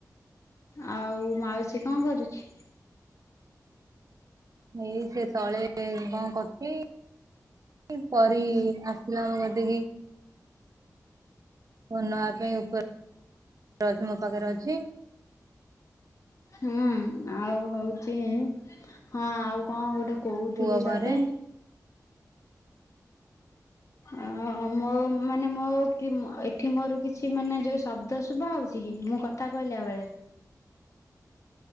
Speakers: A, on the left; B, on the right.
A: ଆଉ ମାଉସୀ କଣ କରୁଛି?
B: ଏଇ ସେ ତଳେ କଣ କରୁଛି। ଇ ପରି ଆସିଥିଲା ମୋ କତିକି। ଫୋନ ନବା ପାଇଁ ଉପର ରଅଛି ମୋ ପାଖରେ ଅଛି।
A: ହୁଁ ଆଉ ହଉଚି ହଁ ଆଉ କଣ ଗୋଟେ କହୁଥିଲି
B: ପୁଅ ଘରେ
A: ତତେ? ଅ ମୋ ମାନେ ମୋ କି ଏଠି ମୋର କିଛି ମାନେ ଯୋଉ ଶବ୍ଦ ଶୁଭା ହଉଚି କି? ମୁଁ କ କଥା କହିଲା ବେଳେ।